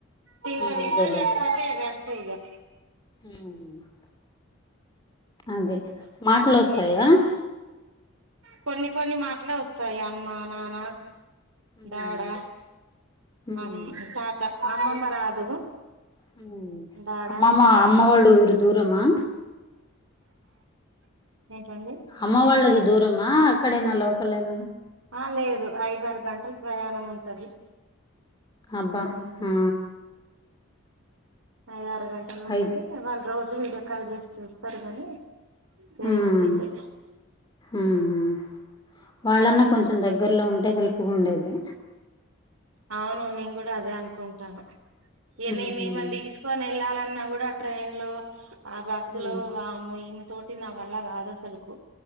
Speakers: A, on the right (about 85°); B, on the left (about 20°).
A: తింటే
B: ఆ
A: తింటది
B: అదేలే
A: లేక్కపోతే గంతే ఇగా.
B: ఫుహ్ అదే మాటలు
A: ఇంగ్
B: వస్తాయా
A: నెక్స్ కొన్ని కొన్ని మాటలు వస్తాయ్ అమ్మ, నాన్న.
B: హ్మ్
A: డాడా
B: హ్మ్
A: అమ్ తాత అమ్మమ్మ రాదు.
B: హ్మ్
A: డాడ
B: అమ్మమ్మ అమ్మ వాళ్ళ ఊరు దూరమా
A: ఏంటండి.
B: అమ్మ వాళ్ళది దూరమా అక్కడేనా లోకలేనా.
A: ఆ లేదు ఐదరు గంటలు ప్రయాణం ఉంటది.
B: అబ్బా
A: ఉహుహ్
B: ఆ
A: ఐదరు గంటలు ఉంటది.
B: అయితే
A: ఏ వాళ్ళు రోజు వీడియో కాల్ జేష్ చూస్తారు గాని.
B: హ్మ్
A: ఏయ్ టీలే
B: హ్మ్ వాళ్ళన్నా కొంచెం దగ్గరలో ఉంటే హెల్ప్గా ఉండేది.
A: అవును నేను కూడా అదే అనుకుంటాన్నా ఏ
B: హ్మ్
A: నేన్ ఏమన్ దిస్ కొన్ ఏళ్ళాలన్నా గూడా ఆ ట్రైన్ లో ఆ బస్సు
B: హ్మ్
A: లో వామో ఇవే తోటి నా వల్ల కాదు అసలులకు